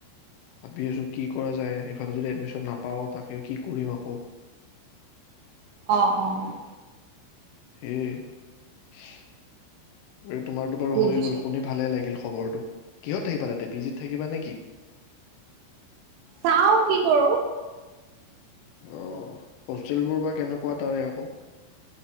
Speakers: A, on the left; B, on the right.
A: ভাবি আছো, কি কৰা যায় সিফালে যদি এডমিচন নাপাও তাকে কি কৰিম আকৌ
B: অ', অ',
A: এই এই তোমাৰতো বাৰু
B: বুজিছো
A: হৈ গ'ল শুনি
B: বুজিছো
A: ভাল লাগিল খবৰ কিহত থাকিবা তাতে পিজিত থাকিবা নেকি?
B: চাওঁ কি কৰো।
A: আহ হোষ্টেলবোৰ বা কেনেকুৱা তাৰে আকৌ